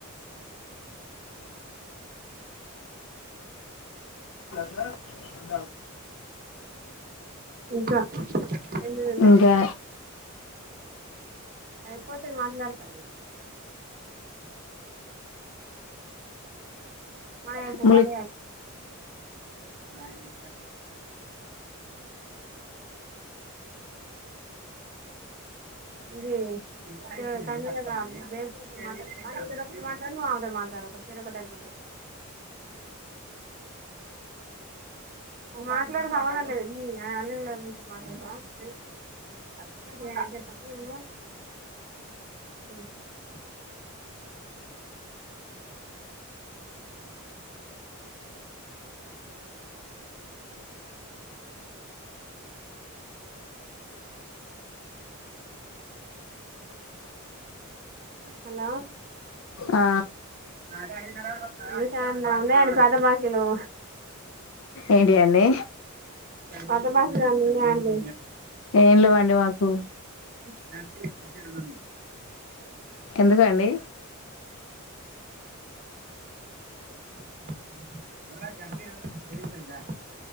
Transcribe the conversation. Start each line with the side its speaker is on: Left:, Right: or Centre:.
Left: సార్ అంతా
Right: ఇంకా ఎనిమిది ఉన్నాయి
Left: ఇంకా
Right: అయిపోతే మాట్లాడతను మయిపోవు
Left: ములి
Right: వల్లయే అయిపోతాయి ఇ కన్న బే మాట్డ మాట్లా నువ్ మాట్లాడకర ఒకైపో మాట్లాడవ లేదు ఈ అల్ మాట్లాడతావా చెప్ప హలో
Left: ఆ
Right: స ఉన్నా అని పత బాకీలు
Left: ఏంటి అండి
Right: పాత బాకీలు ఏమైనా ఉన్నాయా అండి
Left: ఏం లేవండి మాకు
Right: <unintelligible>
Left: ఎందుకండి
Right: <inaudible>